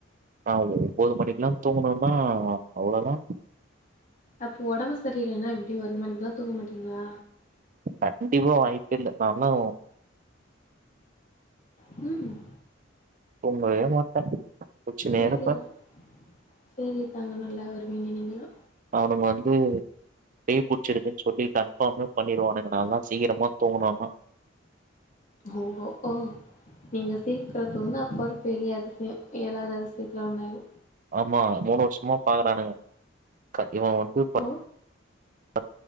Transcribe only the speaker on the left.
அப்போ ஒடம்பு சரியில்லைன்னா எப்டி ஒரு மணக்குலா தூங்க மாட்டீங்களா
ம்
சேரிதா
சேரி தாங்க நல்லா வருவீங்க நீங்களு
ஓ ஓ நீங்க சீக்கிர தூங்குன்னா அப்பற அது பெரிய அதிசய ஏழாவது அதிசயத்துல ஒண்ணு ஆயிரு
ஓ!